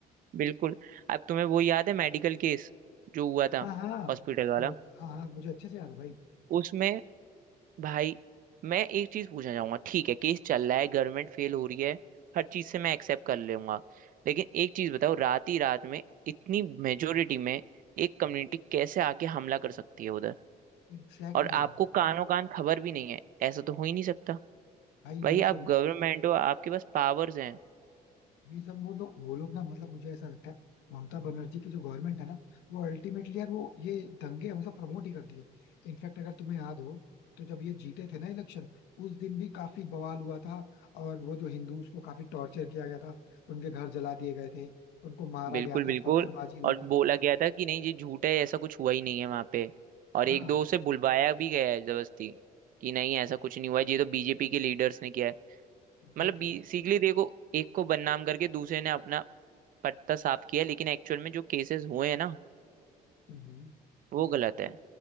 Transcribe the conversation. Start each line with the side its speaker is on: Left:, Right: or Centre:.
Right: बिल्कुल अब तुम्हें वो याद है मेडिकल केस जो हुआ था
Left: हाँ हाँ
Right: हॉस्पिटल वाला
Left: वो हाँ हाँ मुझे अच्छे से याद है भाई
Right: उसमें भाई मैं एक चीज पूछना चाहूंगा ठीक है केस चल रहा है गवर्नमेंट फेल हो रही है हर चीज से मैं एक्सेप्ट कर लूंगा लेकिन एक चीज बताओ रात ही रात में इतनी मेजोरिटी में एक कम्युनिटी कैसे आके हमला कर सकती है उधर
Left: Exactly
Right: और
Left: exactly.
Right: आपको कानों कान खबर भी नहीं है ऐसा तो हो ही नहीं सकता
Left: भाई
Right: भाई
Left: ये सब
Right: आप गवर्नमेंट हो आपके पास पावर्स हैं
Left: ये सब वो लोग वो लोग ना मतलब मुझे ऐसा लगता है ममता बनर्जी की जो गवर्नमेंट है ना वो अल्टीमेटली यार वो ये दंगे हमेशा प्रमोट ही करती है इनफैक्ट अगर तुम्हें याद हो तो जब ये जीते थे ना इलेक्शन उस दिन भी काफी बवाल हुआ था और वो जो हिंदू उसको काफी टॉर्चर किया गया था उनके घर जला दिए गए थे उनको मारा
Right: बिल्कुल
Left: गया
Right: बिल्कुल
Left: था पत्थरबाजी हुई
Right: और
Left: थी
Right: बोला गया था कि नहीं ये झूठ है ऐसा कुछ हुआ ही नहीं है वहां पे और
Left: हाँ
Right: एक दो से बुलवाया भी गया है जबरदस्ती कि नहीं ऐसा कुछ नहीं हुआ है ये तो बीजेपी के लीडर्स ने किया है
Left: एग्जैक्टली
Right: मतलब बेसिकली
Left: exactly.
Right: देखो एक को बदनाम करके दूसरे ने अपना पत्ता साफ किया लेकिन एक्चुअल में जो केसेस हुए हैं ना
Left: Hmm, hmm.
Right: वो गलत है
Left: ले-